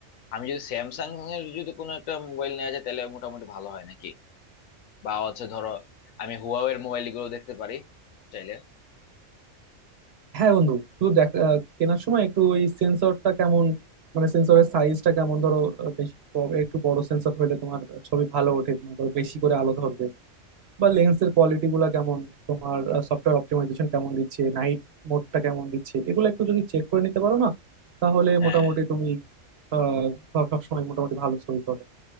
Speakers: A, on the left; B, on the right.
A: আমি যদি স্যামসাং এর যদি কোনো একটা মোবাইল নেওয়া যায় তাহলে মোটামুটি ভালো হয় নাকি বা হচ্ছে ধরো আমি হুয়াওয়ের মোবাইল গুলো দেখতে পারি চাইলে
B: হ্যাঁ বন্ধু শুধু দেখা আহ, কেনার সময় একটু ওই সেন্সরটা কেমন মানে সেন্সরের সাইজটা কেমন ধরো আহ, বেশি ব- একটু বড় সেন্সর হইলে তোমার ছবি ভালো ওঠে তোমার ধরো বেশি করে আলো ধরবে বা লেন্সের কোয়ালিটি গুলা কেমন তোমার সফটওয়্যার অপটিমাইজেশন কেমন দিচ্ছে নাইট মোডটা কেমন দিচ্ছে এগুলো একটু যদি চেক করে নিতে পারো না তাহলে
A: হ্যাঁ
B: মোটামুটি তুমি আহ, সব সবসময় মোটামুটি ভালো ছবি পাবে